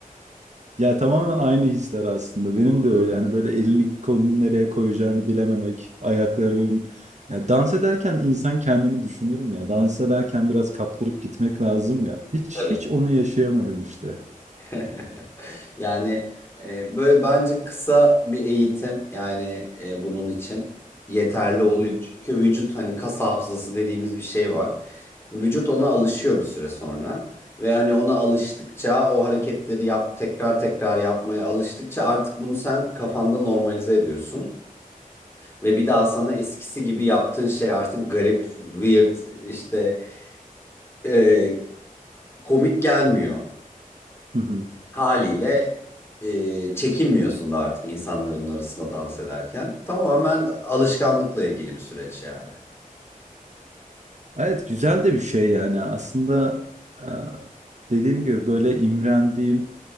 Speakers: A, on the right; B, on the left.
A: ya tamamen aynı hisler aslında benim de öyle yani böyle elini kolunu nereye koyacağını bilememek ayakların ya dans ederken insan kendini düşünürüm ya dans ederken biraz kaptırıp gitmek lazım ya hiç
B: Evet.
A: hiç onu yaşayamadım işte.
B: <laughs> Yani e, böyle bence kısa bir eğitim yani e, bunun için yeterli oluyor.
A: Hı hı,
B: Çünkü vücut hani kas hafızası dediğimiz bir şey var. Vücut ona alışıyor bir süre sonra ve hani ona alıştıkça o hareketleri yap tekrar tekrar yapmaya alıştıkça artık bunu sen kafanda normalize ediyorsun. Ve bir daha sana eskisi gibi yaptığın şey artık garip, weird, işte e, komik gelmiyor.
A: hı hı.
B: haliyle e, çekinmiyorsun da artık insanların arasında dans ederken. Tamamen alışkanlıkla ilgili bir süreç yani.
A: Evet güzel de bir şey yani aslında e, dediğim gibi böyle imrendiğim